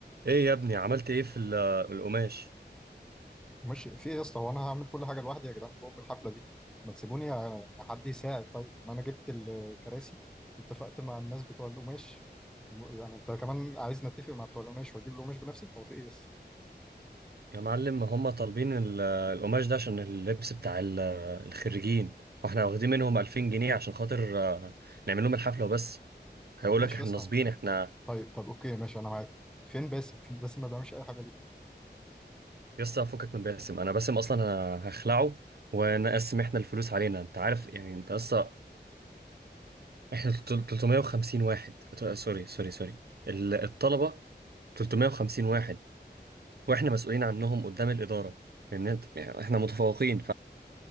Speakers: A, on the right; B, in the centre.
A: ايه يا ابني عملت ايه في ال- القماش
B: مش في ايه يا اسطى هو انا هعمل كل حاجه لوحدي يا جدعان فوق الحفله دي ما تسيبوني يا- حد يساعد طيب يعني انا جبت الكراسي واتفقت مع الناس بتوع القماش وم- يعني انت كمان عايز نتفق مع بتوع القماش واجيب القماش بنفسي هو في ايه يا اسطى
A: يا معلم هم طالبين ال- القماش ده عشان اللبس بتاع ال- الخريجين واحنا واخدين منهم 2000 جنيه عشان خاطر آه، نعمل لهم الحفلة وبس هيقولك
B: طب ماشي
A: احنا
B: يا اسطى
A: نصبين احنا
B: طيب طب اوكي ماشي انا معاك فين باسم فين باسم ما بيعملش اي حاجه ليه
A: يسطا فكك من باسم انا باسم اصلا انا هخلعه ونقسم احنا الفلوس علينا انت عارف يعني انت اصلا احنا تل- 350 واحد ت- آه، سوري سوري سوري ال- الطلبة 350 واحد واحنا مسؤولين عنهم قدام الإدارة لان يعني احنا متفوقين